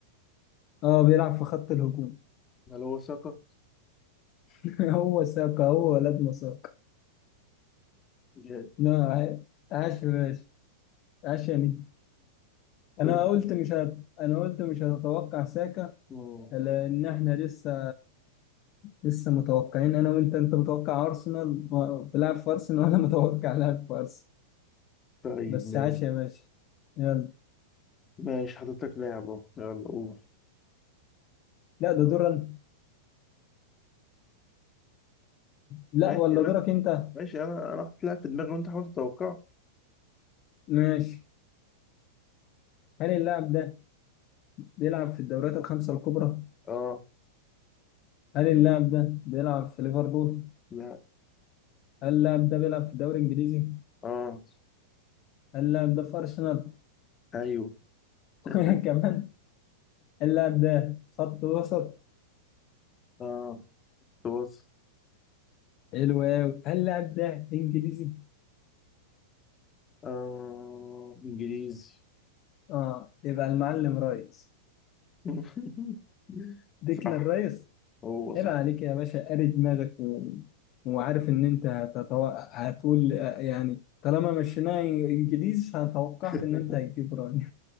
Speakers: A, on the left; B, on the left.
A: اه بيلعب في خط الهجوم
B: هل هو ساكا
A: <laughs> هو ساكا هو ولدنا ساكا
B: جامد.
A: لا عاش عاش يا باشا عاش يا نجم أنا
B: قلت-
A: قلت مش هت... أنا قلت مش هتتوقع ساكا
B: آه،
A: لأن إحنا لسه لسه متوقعين أنا وأنت أنت متوقع أرسنال و- في لاعب في أرسنال وأنا متوقع لاعب في أرسنال
B: طيب
A: بس
B: ماشي
A: عاش يا باشا يلا
B: ماشي حاطط لك لاعب اهو يلا قول
A: لا ده دور أنا. لا
B: ماشي
A: ولا
B: يبقى
A: دورك
B: أنت-
A: أنت
B: ماشي انا انا حاطط لاعب في دماغي وانت حاول تتوقع
A: ماشي هل اللاعب ده بيلعب في الدوريات الخمسة الكبرى
B: اه
A: هل اللاعب ده بيلعب في ليفربول
B: لا
A: هل اللاعب ده بيلعب في الدوري الإنجليزي
B: اه
A: هل اللاعب ده في أرسنال
B: ايوه
A: <laughs>
B: <laughs>
A: كمان هل اللاعب ده خط وسط
B: اه تبص
A: حلو أوي هل اللاعب ده إنجليزي
B: اه انجليزي
A: آه يبقى المعلم رايس
B: <laughs>
A: ديكلان
B: صح
A: رايس
B: هو صح
A: عيب عليك يا باشا قاري دماغك و... وعارف إن أنت هتتو... هتقول آه، يعني طالما مشيناه إنجليزي فأتوقعت
B: <laughs>
A: إن أنت هتجيب رايس